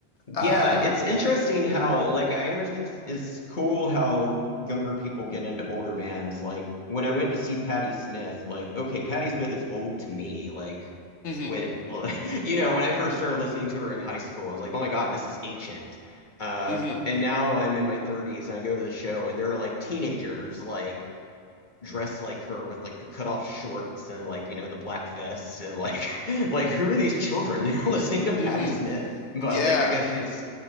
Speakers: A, on the left; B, on the left.
A: Yeah,
B: Um,
A: it's interesting how, like, I am interested, it's cool how younger people get into older bands. Like, when I went to see Patti Smith, like, okay, Patti Smith is old to me. Like,
B: mm-hmm,
A: when, <laughs> you know, when I first started listening to her in high school, I was like, oh my God, this is ancient. Uh,
B: mm-hmm,
A: and now I'm in my 30s and I go to the show and they're like teenagers, like, dressed like her with like the cutoff shorts and like you know the black vest and like <laughs> like who are these children they're <laughs> listening to Patti
B: mm-hmm.
A: Smith but
B: Yeah,
A: like I guess she just